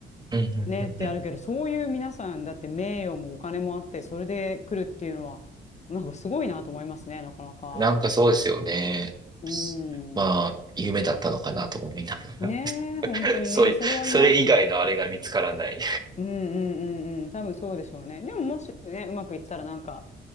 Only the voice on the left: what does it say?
ねってあるけど、そういう皆さんだって名誉もお金もあって、それで来るっていうのは、なんかすごいなと思いますね、なかなか。
うん。
ねえ、
本当にね、
それはありますね。うんうんうんうん、多分そうでしょうね。でももしね、うまくいったらなんか、